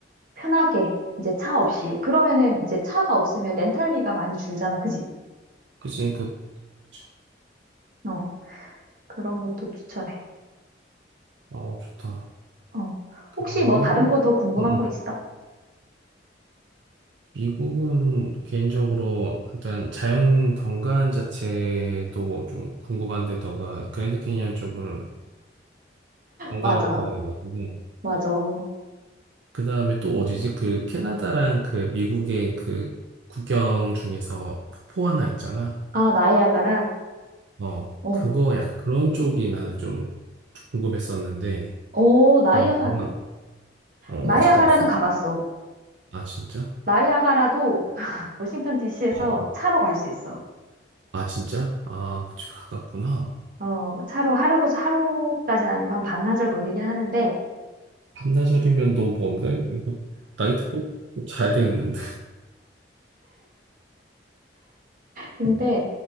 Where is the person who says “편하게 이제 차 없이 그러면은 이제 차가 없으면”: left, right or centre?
Right